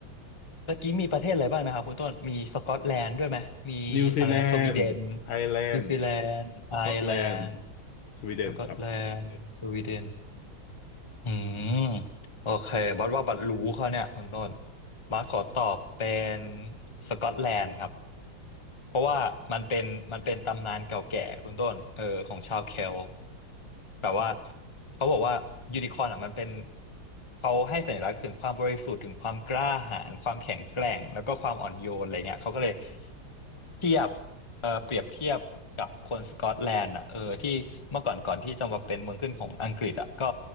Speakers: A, on the left; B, on the left.
A: ตะกี้มีประเทศอะไรบ้างนะครับคุณต้นมีสกอตแลนด์ด้วยไหมมีอะไรนะสวีเดน
B: นิวซีแลนด์ไอร์แลนด์
A: นิวซีแลนด์ไอร์แลนด์
B: สกอตแลนด์สวีเดนครับ
A: สกอตแลนด์สวีเดน อืมโอเคบัสว่าบัสรู้เขาเนี่ยคุณต้นบัสขอตอบเป็นสกอตแลนด์ครับ เพราะว่ามันเป็นมันเป็นตำนานเก่าแก่คุณต้นเออของชาวเคลต์แบบว่าเขาบอกว่ายูนิคอร์นอ่ะมันเป็นเขาให้สัญลักษณ์ถึงความบริสุทธิ์ถึงความกล้าหาญความแข็งแกร่งแล้วก็ความอ่อนโยนอะไรเงี้ยเขาก็เลยเทียบเออเปรียบเทียบกับคนสกอตแลนด์อ่ะเออที่เมื่อก่อนก่อนที่จะมาเป็นเมืองขึ้นของอังกฤษอ่ะก็